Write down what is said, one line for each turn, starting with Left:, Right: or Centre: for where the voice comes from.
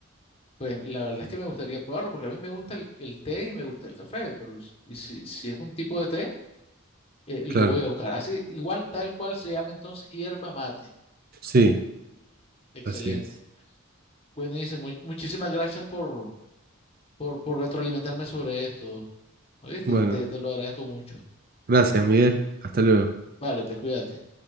Left: Pues la verdad es que me gustaría probarlo porque a mí me gusta el, el té y me gusta el café, pero s- y si, si es un tipo de té, eh, lo
Right: Claro,
Left: voy a buscar. Así, igual tal cual se llama entonces hierba mate.
Right: sí.
Left: Excelente.
Right: Así es.
Left: Buenísimo. Mu- Muchísimas gracias por, por, por retroalimentarme sobre esto. ¿Oíste?
Right: Bueno,
Left: Te, te lo agradezco mucho.
Right: gracias, Miguel. Hasta luego.
Left: Vale, pues cuídate.